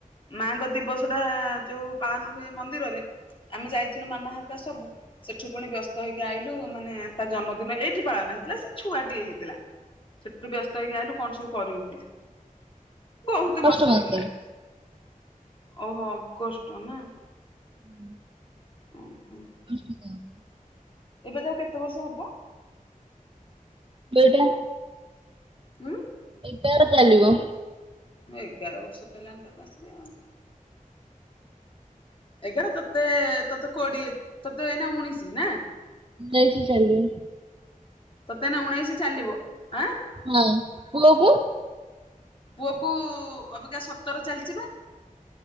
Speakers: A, on the left (about 35°); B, on the right (about 35°).
A: ମାଆଙ୍କ ଦିବସଟା ଯୋଉ ପାଳନ ହୁଏ ମନ୍ଦିରରେ, ଆମେ ଯାଇଥିଲୁ ମାମା ହେରିକା ସବୁ ସେଠୁ ପୁଣି ବ୍ୟସ୍ତ ହେଇକି ଆଇଲୁ ମାନେ ତା ଜନ୍ମଦିନ ଏଇଠି ପାଳନ ହେଇଥିଲା, ସେ ଛୁଆଟିଏ ହେଇଥିଲା। ସେଥିରୁ ବ୍ୟସ୍ତ ହେଇକି ଆଇଲୁ କଣ ସବୁ କରିବୁ ବୋଲି। ବହୁତ
B: ଅଗଷ୍ଟ
A: ବର୍ଷ
B: ମାସରେ
A: ହେଇଗଲାଣି। ଓହୋ, ଅଗଷ୍ଟ ନା?
B: ହୁଁ
A: ଓହୋ।
B: <unintelligible>
A: ଏବେ ତାକୁ କେତେ ବର୍ଷ ହବ?
B: ବେଇଟା
A: ଉଁ?
B: ଏଗାର ଚାଲିବ।
A: ମୁଁ ଏଗାର ବର୍ଷ ହେଲାଣି ତମେ ଆସିବା ଆଉ। ଏଗାର ତତେ ତତେ କୋଡିଏ, ତତେ ଏଇନା ଉଣେଇଶି, ନା?
B: ଯାଇଛି ଚାଲି।
A: ତତେ ଏଇନା ଉଣେଇଶି ଚାଲିବ ଆଁ।
B: ହୁଁ, ପୁଅକୁ?
A: ପୁଅକୁ ଅବିକା ସତର ଚାଲଚି ପା।